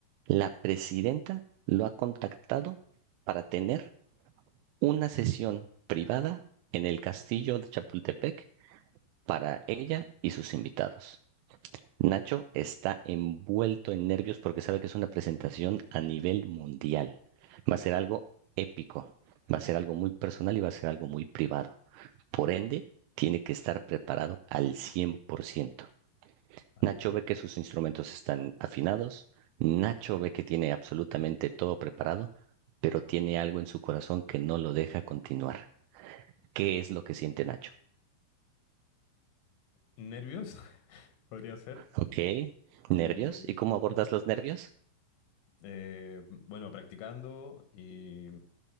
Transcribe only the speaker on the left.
Vale,
vale.
Nervios, <laughs> podría ser.
Y,
eh, bueno, practicando y